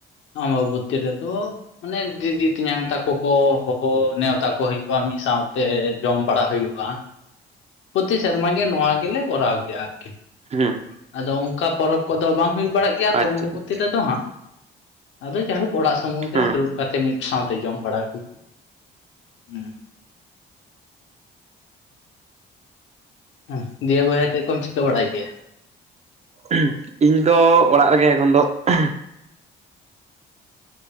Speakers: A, on the left; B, on the right.
A: ᱟᱢᱵᱟᱵᱩᱛᱤ ᱨᱮᱫᱚ ᱢᱟᱱᱮ ᱫᱤᱫᱤ ᱛᱤᱧᱟᱝ ᱛᱟᱠᱚ ᱠᱚ ᱦᱚᱦᱚ ᱱᱮᱣᱛᱟ ᱠᱚ ᱦᱩᱭᱩᱜᱼᱟ ᱢᱤᱫ ᱥᱟᱶᱛᱮ ᱡᱚᱢ ᱵᱟᱲᱟ ᱦᱩᱭᱩᱜᱼᱟ᱾ ᱯᱨᱚᱛᱤ ᱥᱮᱨᱢᱟ ᱜᱮ ᱱᱚᱣᱟ ᱜᱮᱞᱮ ᱠᱚᱨᱟᱣ ᱜᱮᱭᱟ ᱟᱨᱠᱤ᱾,
B: ᱦᱩᱸᱻ
A: ᱟᱫᱚ ᱚᱱᱠᱟ ᱯᱚᱨᱚᱵᱽ ᱠᱚᱫᱚ ᱵᱟᱝ ᱦᱩᱭᱩᱜ ᱵᱟᱲᱟᱜ ᱜᱮᱭᱟ
B: ᱟᱪᱪᱷᱟ
A: ᱚᱢᱵᱚᱵᱚᱛᱤ
B: ᱟᱪᱪᱷᱟ
A: ᱨᱮᱫᱚ ᱦᱟᱸᱜ ᱟᱫᱚ ᱡᱟᱭᱦᱳᱠ ᱚᱲᱟᱜ ᱥᱩᱢᱩᱝ
B: ᱦᱮᱸ
A: ᱨᱮ ᱫᱩᱲᱩᱽ ᱠᱟᱛᱮ ᱢᱤᱫ ᱥᱟᱶᱛᱮ ᱡᱚᱢ ᱵᱟᱲᱟ ᱠᱚ, ᱦᱩᱸ᱾ <unintelligible> ᱫᱤᱭᱮ ᱵᱚᱭᱦᱟ ᱪᱮᱫ ᱠᱚᱢ ᱪᱤᱠᱟᱹ ᱵᱟᱲᱟᱭ ᱜᱮᱭᱟ?
B: ᱩᱸᱻᱦᱟᱸ ᱤᱧ ᱫᱚ ᱚᱲᱟᱜ ᱨᱮᱜᱮ ᱮᱠᱷᱚᱱ ᱫᱚ ᱮᱸᱻᱦᱮᱸᱼ